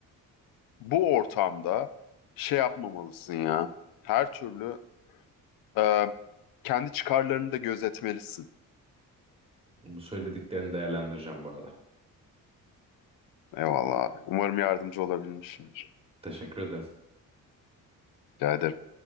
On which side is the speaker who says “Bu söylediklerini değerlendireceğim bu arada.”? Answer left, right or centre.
Right